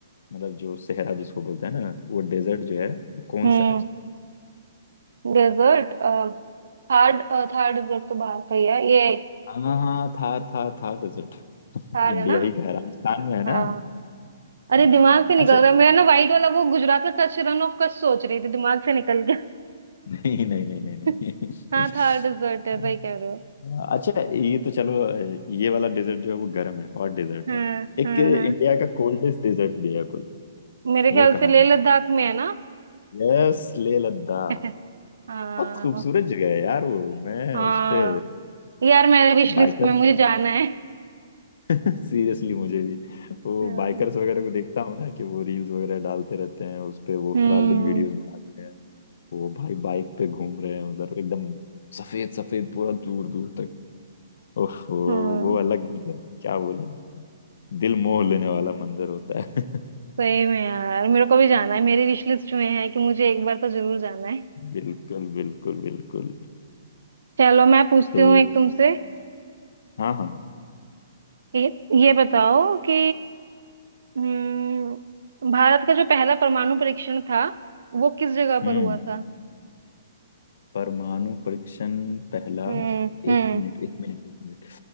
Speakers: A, on the left; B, on the right.
A: मतलब जो सहरा जिसको बोलते हैं ना वो डेजर्ट जो है वो कौन
B: हम्म
A: सा है
B: डेजर्ट थार्ड थार्ड डेजर्ट तो बाहर का ही है ये
A: हाँ हाँ थार थार थार डेजर्ट <laughs>
B: थार
A: इंडिया
B: है ना
A: ही कह राजस्थान में है ना
B: हाँ अरे
A: हाँ
B: दिमाग से निकल
A: अच्छा
B: रहा है मैं ना वाइट वाला वो गुजरात का कच्छ रन ऑफ कच्छ सोच रही थी दिमाग से निकल गया
A: <laughs> नहीं नहीं नहीं नहीं
B: <laughs> हाँ
A: नहीं <laughs>
B: थार डेजर्ट है सही कह रहे हो
A: हाँ, अच्छा ये तो चलो ये वाला डेजर्ट जो है वो गर्म है हॉट डेजर्ट
B: हाँ
A: है एक
B: हाँ
A: इंडिया
B: हाँ
A: का कोल्डेस्ट डेजर्ट भी है कोई
B: मेरे
A: वो
B: ख्याल
A: कहाँ
B: से लेह
A: है
B: लद्दाख में है ना
A: यस लेह लद्दाख
B: <laughs> हाँ
A: बहुत खूबसूरत जगह है यार वो मैं
B: हाँ
A: उस पे
B: यार मैंने विश लिस्ट
A: बाइकर्स
B: में मुझे जाना है
A: <laughs> सीरियसली मुझे भी वो
B: <laughs>
A: बाइकर्स वगैरह को देखता हूँ ना कि वो रील्स वगैरह डालते रहते हैं उस पे वो
B: हम्म
A: ट्रैवलिंग वीडियोस बनाते हैं वो भाई बाइक पे घूम रहे हैं उधर एकदम सफेद सफेद पूरा दूर दूर तक उफ वो
B: हम्म
A: अलग मतलब क्या बोले दिल मोह लेने वाला मंजर होता है <laughs>
B: सही में यार मेरे को भी जाना है मेरी विश लिस्ट में है कि मुझे एक बार तो जरूर जाना है
A: बिल्कुल बिल्कुल बिल्कुल
B: चलो मैं पूछती
A: तो
B: हूँ एक तुमसे
A: हाँ हाँ हाँ।
B: ये ये बताओ कि हम्म, भारत का जो पहला परमाणु परीक्षण था वो किस जगह
A: हम्म
B: पर हुआ था
A: परमाणु परीक्षण पहला
B: हम्म हम्म
A: एक मिनट एक मिनट एक मिनट